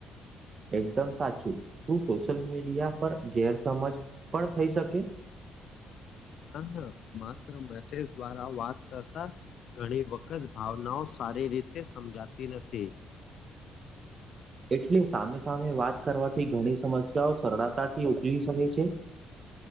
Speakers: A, on the right (about 40°); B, on the left (about 65°).
A: એકદમ સાચું શું સોશિયલ મીડિયા પર ગેરસજ પણ થઈ શકે
B: હ હા માત્ર મેસેજ દ્વારા વાત કરતા ઘણી વખત ભાવનાઓ સારી રીતે સમજાતી નથી
A: એટલે સામે સામે વાત કરવાથી ઘણી સમસ્યાઓ સરળતાથી ઉકેલી શકે છે